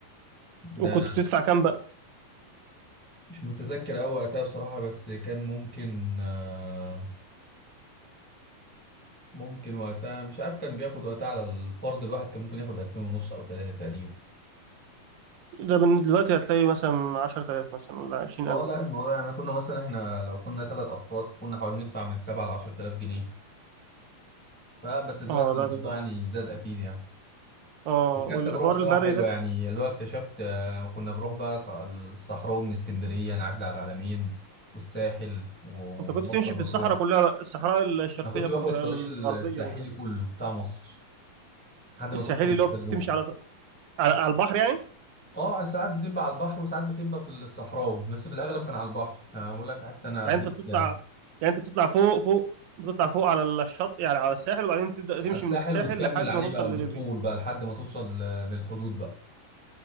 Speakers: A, in the centre; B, on the right.
A: ده
B: وكنت بتدفع كام بقى
A: مش متذكر أوي وقتها بصراحة بس كان ممكن آه، ممكن وقتها مش عارف كان بياخد وقتها على الفرد الواحد كان ممكن ياخد 2000 ونص او 3 تقريبا
B: ده من دلوقتي هتلاقي مثلا 10000 مثلا ولا 20000
A: اه لا الموضوع يعني كنا مثلا احنا لو كنا ثلاث افراد فكنا حوالي ندفع من 7 ل 10000 جنيه فبس دلوقتي
B: اه
A: الموضوع
B: لا ده
A: يعني زاد اكيد يعني
B: اه
A: بس كانت
B: والحوار
A: تجربه بصراحه
B: البري
A: حلوه
B: ده ك-
A: يعني اللي هو اكتشفت آه، كنا بنروح بقى ص- الصحراوي من اسكندريه نعدي على العلمين والساحل ومرسى
B: انت كنت تمشي
A: مطروح
B: في الصحراء كلها بقى، الصحراء الشرقية
A: انا كنت
B: كلها
A: باخد الطريق
B: الغربية
A: الساحلي
B: كلها
A: كله بتاع مصر لحد
B: الساحلي
A: ما توصل
B: اللي
A: للسلوم
B: هو بتمشي على على على البحر يعني
A: اه ساعات بتبقى على البحر وساعات بتبقى في الصحراوي بس في الاغلب كان على البحر يعني بقول لك حتى انا عديت
B: يعني انت بتطلع
A: يعني
B: يعني انت بتطلع فوق فوق بتطلع فوق على الشط يعني على الساحل وبعدين تبدا تمشي
A: على الساحل
B: من الساحل
A: وتكمل
B: لحد
A: عليه
B: ما توصل
A: بقى
B: لليبيا
A: بالطول بقى لحد ما توصل ل- للحدود بقى